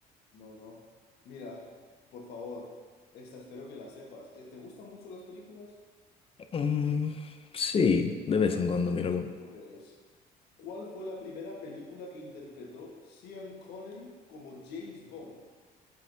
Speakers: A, on the left (about 75°); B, on the left (about 35°).
A: No, no. Mira, por favor, esta espero que la sepas. Eh, ¿Te gustan mucho las películas?
B: Mm, sí, de vez
A: Vale,
B: en cuando mira alguno.
A: pues, ¿cuál fue la primera película que interpretó Sean Connery como James Bond?